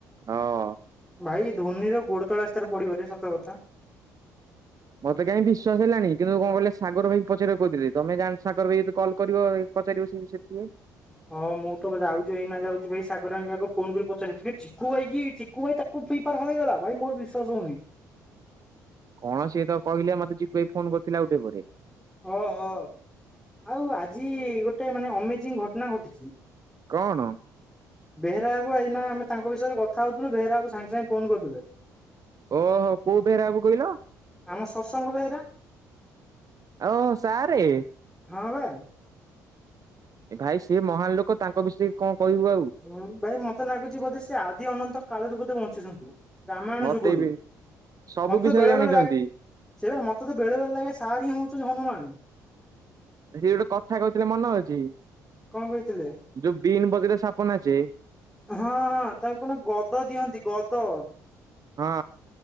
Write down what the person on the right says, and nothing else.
ହଁ ଅଁ
ମୋତେ କାହିଁ ବିଶ୍ୱାସ ହେଲାଣି କିନ୍ତୁ କଣ କହିଲେ ସାଗର ଭାଇ ପଚାରିବ କୋହୁଥିଲି ତମେ ଜାଣି ସାଙ୍ଗ ଭି ଯଦି କଲ୍ କରିବ ପଚାରିବ ସେଇ ବିଷୟରେ ଟିକେ।
କଣ ସିଏ ତ କହିଲେ, ମତେ ଚିକୁ ଭାଇ ଫୋନ୍ କରିଥିଲେ, ଆଉଟିକେପରେ।
କଅଣ?
ଓ ହୋ କୋଉ ବେହେରା ବାବୁ କହିଲ?
ଆଓ ସାରେ
ଏ ଭାଇ ସିଏ ମହାନ୍ ଲୋକ ତାଙ୍କ ବିଷୟରେ କଣ କହିବୁ ଆଉ।
ମତେ
ବି ସବୁ
ବିଷୟ
ଜାଣିଛନ୍ତି।
ସେ ଗୋଟେ କଥା କହୁଥିଲେ ମନେ ଅଛି,
ଯୋଉ ବିନ୍ ବଜେଇଲେ ସାପ ନାଚେ।
ହଁ